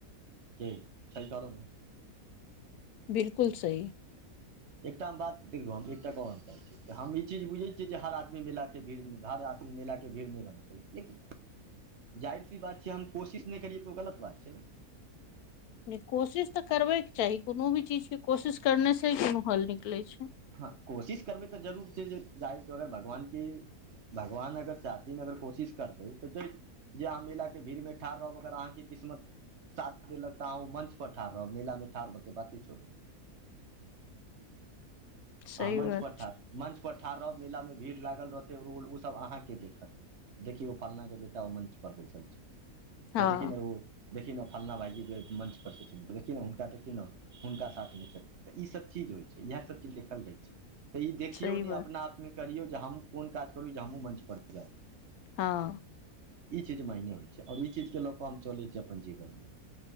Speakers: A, on the right; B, on the left.
A: की सही कहलू न
B: बिल्कूल सही
A: एकटा बात देखयो हम एकटा गप कहल चा रहल छी तऽ हम ई चीज बुझैत छियै जे हर आदमी मेलाके भीड़ हर आदमी मेलाके भीड़ नहि बना सके छी लेकिन
B: <inaudible>
A: जााहिर सी बात छै हम कोशिश नहि करियै तऽ ओ गलत बात छै ने
B: कोशिश तऽ करबेके चाही कोनो भी चीज के कोशिश करने से कोनो हल निकले छै
A: हँ कोशिश करबै तऽ जरूर छै जे जाय तरहे भगवानके भगवान अगर चाहथीन अगर कोशिश करबे तऽ च जे अहाँ मेला के भीड़ मे ठाढ़ रहब अगर अहाँके किस्मत साथ देलक त आहाँ ओय मंच पर ठार रहब मेल मे ठार हो के बात छोरू
B: सही
A: अहाँ मञ्चप
B: बात
A: पर ठाढ़ मं्चपर ठाढ़ रहब मेलामे भीड़ लागल रहतै ओसभ अहाँकेँ देखत देखि ओ फलन के बेटा ओ मञ्च पर बैसल छै
B: हँ
A: य देखि ने ओ देखौ फल्लाँ भाइजीके मंच पर छथिन त देखियौ ने हुनका देखी ने हुनका साथ मे छथि तऽ ईसभ चीज होइ छै इएह सभ चीज देख देखल जाइ छै तऽ ई देखियौ
B: सही बात
A: ने अपना आपमे करियौ जे हम कोन काज करू जे हमहुूँ मं्च पर जाउ
B: हँ
A: ई चीज मायने होइ छै और ई चीज के लऽ कऽ हम चले छी अपन जीवन में